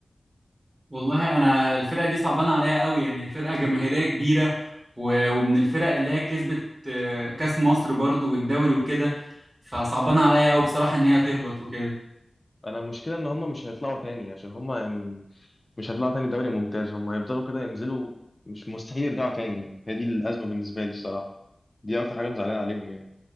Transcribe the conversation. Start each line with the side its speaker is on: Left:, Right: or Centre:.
Right: والله انا الفرقه دي صعبانه عليا قوي يعني فرقه جماهيريه كبيره و- ومن الفرق اللي هي كسبت آه، كاس مصر برضو والدوري وكده فصعبانه عليا قوي بصراحه ان هي تهبط وكده
Left: انا مشكله ان هم مش هيطلعوا تاني عشان هم يعني مش هيطلعوا تاني دوري ممتاز هم هيفضلوا كده ينزلوا مش مستحيل يرجعوا تاني هي دي الازمه بالنسبه لي الصراحه دي اكتر حاجه مزعلانه عليهم يعني